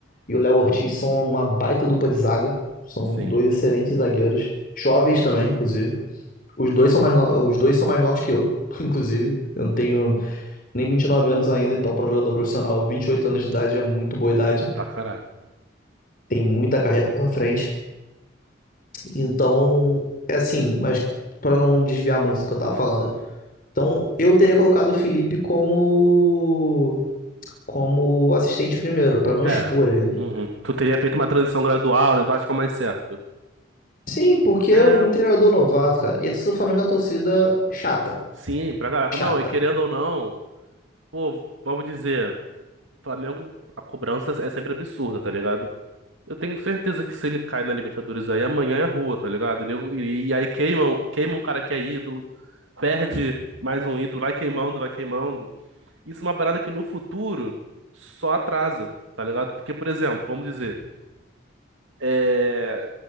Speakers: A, on the left; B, on the right.
A: e o Léo Ortiz são uma baita dupla de zaga. São
B: Sim.
A: dois excelentes zagueiros, jovens também, inclusive. Os dois são mais no- os dois são mais novos que eu, <laughs> inclusive. Eu não tenho nem 29 anos ainda, então para um jogador profissional, 28 anos de idade é muito boa idade.
B: Pra caraca.
A: Tem muita carreira pela frente. Então, é assim, mas para não desviar muito do que eu tava falando, Então, eu teria colocado o Felipe como como assistente primeiro, pra não expor
B: É.
A: ele.
B: Uhum. Tu teria feito uma transição gradual, né? Tu acha que é o mais certo?
A: Sim, porque
B: É.
A: é um treinador novato, cara. E a torcida do Flamengo é uma torcida chata,
B: Sim, pra caraca.
A: chata.
B: Não, e querendo ou não, pô, vamos dizer, Flamengo, a cobrança é sempre absurda, tá ligado? Eu tenho certeza que se ele cai na Libertadores aí, amanhã é rua, tá ligado? E, nego- e- e aí queimam, queimam um cara que é ídolo, perde mais um ídolo, vai queimando, vai queimando. Isso é uma parada que no futuro só atrasa, tá ligado? Porque, por exemplo, vamos dizer, é,